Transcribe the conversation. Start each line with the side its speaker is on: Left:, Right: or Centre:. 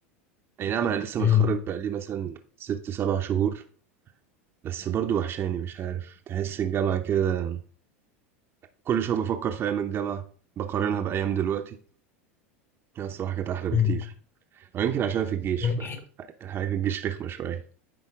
Right: أي نعم أنا لسه
Left: مم.
Right: متخرج بقالي مثلا ست سبع شهور بس برضو وحشاني مش عارف تحس الجامعة كده كل شوية بفكر في أيام الجامعة بقارنها بأيام دلوقتي هي الصراحة كانت أحلى بكتير
Left: مم.
Right: أو يمكن عشان في الجيش
Left: من
Right: فالحياة
Left: ناحيه
Right: في الجيش رخمة شوية